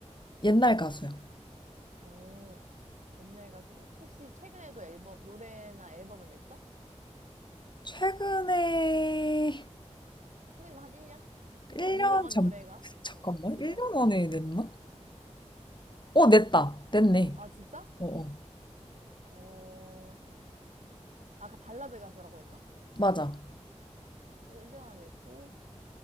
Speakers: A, on the left; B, on the right.
A: 옛날 가수요.
B: 어, 옛날 가수고? 혹시 최근에도 앨범, 노래나 앨범을 냈어?
A: 최근에
B: 최근에 한 1년? 일
A: 1년
B: 년 유명한
A: 전,
B: 노래가?
A: 잠깐만,
B: 어, 유명한
A: 1년
B: 노래.
A: 안에 냈나? 어, 냈다. 냈네.
B: 아, 진짜?
A: 어, 어.
B: 어, 아까 발라드 가수라고 했나?
A: 맞아.
B: 그거 1년 안에 했고,